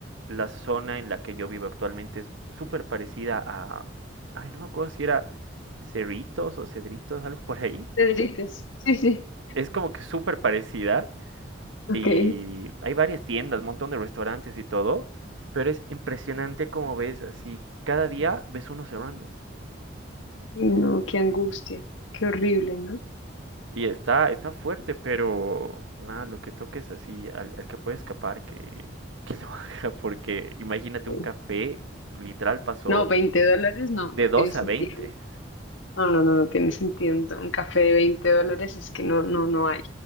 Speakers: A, on the right (about 80°); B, on the left (about 85°).
A: la zona en la que yo vivo actualmente es súper parecida a... Ay, no me acuerdo si era Cerritos o Cedritos, algo por ahí.
B: Te derrites. Sí, sí.
A: Es como que súper parecida
B: Ok.
A: y
B: Ay,
A: hay varias tiendas, un montón de restaurantes y todo, pero es impresionante como ves así, cada día ves uno cerrando.
B: no, qué angustia. Qué horrible, ¿no?
A: Y está, está fuerte, pero nada, lo que toques así, al, al que puede escapar, que, que lo <laughs> haga, porque imagínate
B: Sí.
A: un café, literal pasó
B: No, 20 dólares no,
A: de
B: no
A: dos
B: tiene sentido.
A: a veinte
B: No, no, no, no tiene sentido. Un café de 20 dólares es que no, no, no hay.